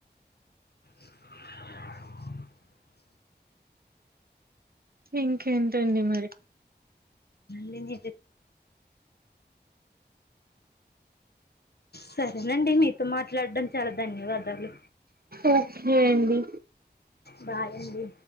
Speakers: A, on the left; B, on the right.
A: ఉ
B: ఇంకేంటండి మరి
A: నిజ సరేనండి మీతో మాట్లాడడం చాలా ధన్యవాదాలు
B: ఓకే అండి
A: బాయ్ అండి